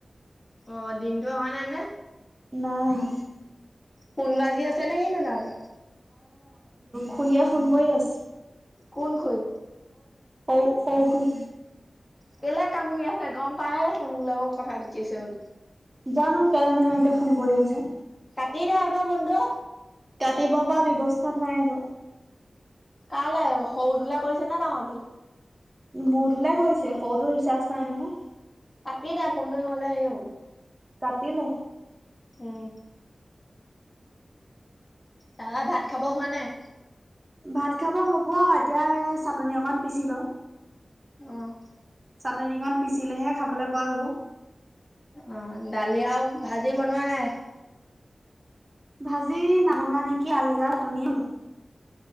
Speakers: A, on the left; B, on the right.
A: অ, দিনটো অহা নাই নে।
B: নাই আহা।
A: ফোন বাজি আছে নে কিনি তহঁতৰ?
B: খুঁহিয়ে ফোন কৰি আছে।
A: কোন খুই?
B: হওঁ হওঁ খুই।
A: কেলে কামুৰি আছে গম পায়ে দেচোন মোৰ লগত কথা পাতি আছে বুলি।
B: জানো কেলেনিউ ইমানকে ফোন কৰি আছে।
A: কাটি দে আক ফোনটো
B: কাটিব পৰা ব্যৱস্থাত নাই আকৌ।
A: কালে সৰু তোলা কৰিছে নে ডাঙৰটো?
B: মূৰ তুল কৰিছে সৰুটো ৰিচাৰ্জ নাই নহয়।
A: কাটি দো ফোনটো নহ'লে সে হ'ব।
B: কাটিলে।
A: উম। তাপা ভাত খাব হোৱা নাই?
B: ভাত খাব হ'ব এতিয়া চাটনি অকণ পিচি লওঁ।
A: অ',
B: চাটনকণ পিচিলেহে খাবলৈ পোৱা হ'ব।
A: অ, দালি আৰু ভাজি বনোৱা নাই।
B: ভাজি নবনোৱা নেকি দালি আৰু চাটনিএ হ'ব।